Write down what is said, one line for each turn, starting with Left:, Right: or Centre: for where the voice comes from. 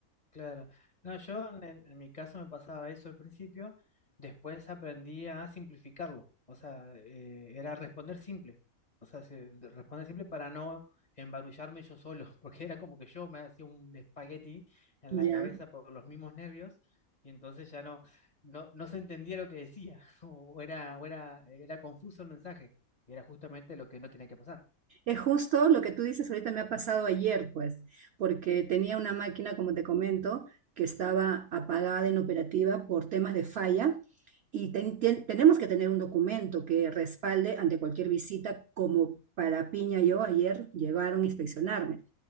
Left: Claro. No, yo en, en mi caso me pasaba eso al principio, después aprendí a simplificarlo, o sea, eh, era responder simple, o sea, se- de- responder simple para no embarullarme yo solo, <laughs> porque era como que yo me hacía un espagueti en
Right: Ya.
Left: la cabeza por los mismos nervios y entonces ya no, no, no se entendía lo que decía, <laughs> o o era, o era, era confuso el mensaje, y era justamente lo que no tenía que pasar.
Right: Es justo lo que tú dices ahorita me ha pasado ayer, pues, porque tenía una máquina, como te comento, que estaba apagada, inoperativa por temas de falla y ten- ten- tenemos que tener un documento que respalde ante cualquier visita, como para Piña yo ayer llegaron a inspeccionarme.